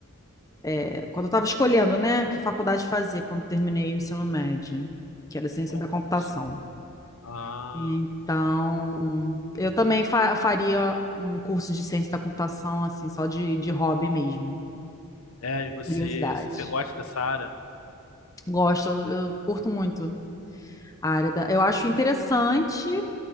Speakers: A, on the left; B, on the left.
A: é, quando eu estava escolhendo, né, que faculdade fazer quando terminei o ensino médio, que era ciência
B: qual
A: da computação.
B: curso? Ah,
A: Então, eu também fa- faria um curso de ciência da computação, assim, só de, de hobby mesmo,
B: é, e você,
A: curiosidade.
B: se você gosta dessa área?
A: Gosto, eu, eu curto muito a área da... Eu acho interessante,